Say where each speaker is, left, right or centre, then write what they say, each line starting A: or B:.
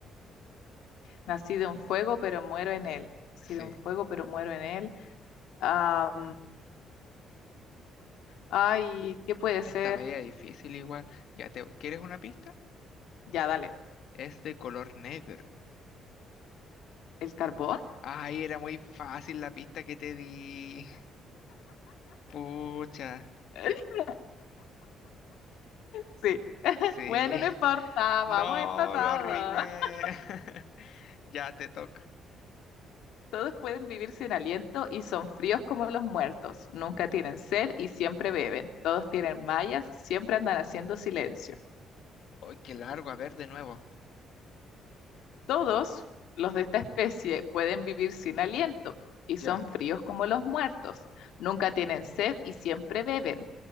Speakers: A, on the left; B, on the left.
A: Nací de un fuego, pero muero en él. Nací
B: Sí,
A: de un fuego, pero muero en él. Ah, Ay, ¿qué puede
B: está
A: ser?
B: media difícil igual. Ya te, ¿quieres una pista?
A: Ya, dale.
B: Es de color negro.
A: ¿El carbón?
B: Ay, era muy fácil la pista que te di. Pucha.
A: <laughs> Sí.
B: Sí.
A: Bueno, no importa,
B: <laughs> No,
A: vamos empatados.
B: lo arruiné.
A: <laughs>
B: <laughs> Ya te toca.
A: Todos pueden vivir sin aliento y son fríos como los muertos. Nunca tienen sed y siempre beben. Todos tienen mallas, siempre andan haciendo silencio.
B: Ay, qué largo. A ver, de nuevo.
A: Todos los de esta especie pueden vivir sin aliento y
B: Ya.
A: son fríos como los muertos. Nunca tienen sed y siempre beben.